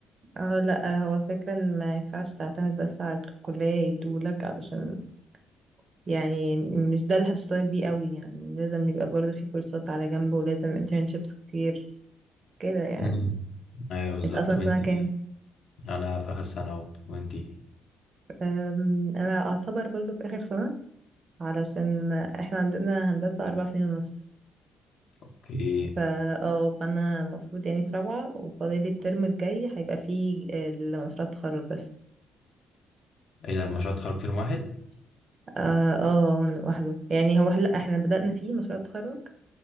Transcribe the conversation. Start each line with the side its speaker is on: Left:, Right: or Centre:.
Right: اه لا هو فكرة ان ما ينفعش تعتمد بس على الكلية يدولك علشان يعني مش ده اللي هتشتغل بيه قوي يعني لازم يبقى برضه في كورسات على جنب ولازم internships كتير كده يعني
Left: مم. ايوه بالظبط
Right: انت اصلا
Left: طب
Right: سنة
Left: انت
Right: كام
Left: انا في اخر سنة اهو وانتي
Right: أم، انا اعتبر برضه في اخر سنة علشان احنا عندنا هندسة اربع سنين ونص
Left: اوكي
Right: فا اه فانا المفروض يعني في رابعة وفاضل لي الترم الجاي هيبقى فيه مشروع التخرج بس
Left: ايه ده مشروع تخرج ترم واحد
Right: اه اه لوحده يعني هو لا احنا بدأنا فيه مشروع التخرج